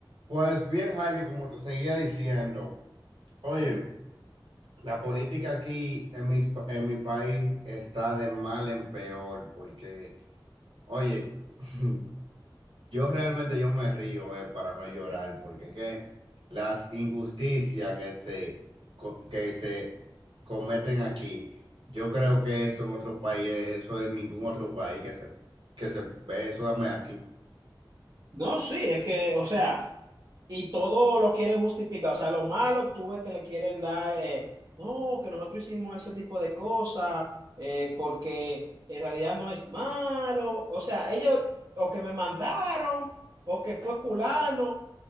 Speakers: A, on the right; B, on the right.
A: Pues bien, Javi, como te seguía diciendo, oye,
B: Sí.
A: la política aquí en mis pa- en mi país está de mal en peor, porque, oye, <laughs> yo realmente yo me río, eh, para no llorar, porque que las injusticias que se, co- que se cometen aquí, yo creo que eso en otro país, eh, eso en ningún otro país que se, que se ve, eso dame aquí.
B: No, sí, es que, o sea, y todo lo quieren justificar. O sea, lo malo tú ves que le quieren dar, eh, no, que nosotros hicimos ese tipo de cosas, eh, porque en realidad no es malo. O sea, ellos, o que me mandaron, o que fue fulano,